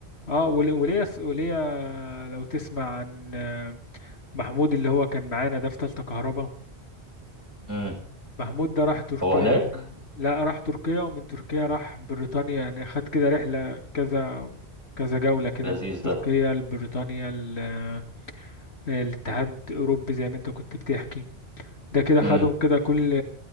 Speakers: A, on the left (about 80°); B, on the right (about 15°).
A: اه ول- وليا وليا لو تسمع عن آه، محمود اللي هو كان معانا ده في تالتة كهرباء
B: امم
A: محمود ده راح تركيا
B: هو هناك
A: و... لا راح تركيا ومن تركيا راح بريطانيا يعني خد كده رحلة كذا كذا جولة كده
B: لذيذ
A: من
B: ده
A: تركيا لبريطانيا ل- آه، الاتحاد الأوروبي زي ما انت كنت بتحكي ده كده
B: امم
A: خدهم كده كل